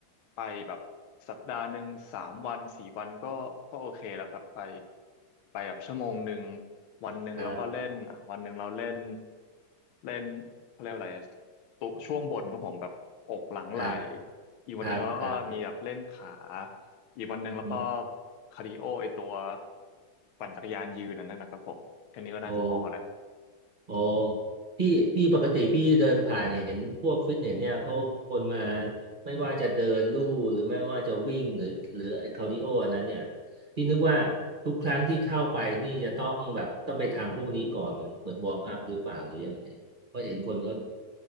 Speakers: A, on the left; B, on the right.
A: ไปแบบสัปดาห์หนึ่งสามวันสี่วันก็ก็โอเคแล้วครับไปไปแบบชั่วโมงหนึ่งวันหนึ่งแล้วก็เล่นอ่ะวันหนึ่งเราเล่น
B: ครับ
A: เล่นเขาเรียกว่าอะไรอะตัวช่วงบนของผมแบบอกหลังไหล่
B: ครับ
A: อีกวันหนึ่งแล้วก็มีแบบเล่นขา
B: ครับครับ
A: อีกวันหนึ่งแล้วก็
B: มี
A: คาร์ดิโอไอตัวปั่นจักรยานยืนอันนั่นนะครับผมแค่นี้ก็น่าจะพอแล้ว
B: โอโอพี่พี่ปกติพี่เดินผ่านเห็นพวกฟิตเนสเนี่ยเขาคนมาไม่ว่าจะเดินลู่หรือไม่ว่าจะวิ่งหรือหรือไอ้คาร์ดิโออันนั้นเนี่ยที่นึกว่าทุกครั้งที่เข้าไปนี่จะต้องแบบต้องไปทำพวกนี้ก่อนเหมือนเหมือนวอร์มอัพหรือเปล่าหรือยังไงเพราะเห็นคนเขา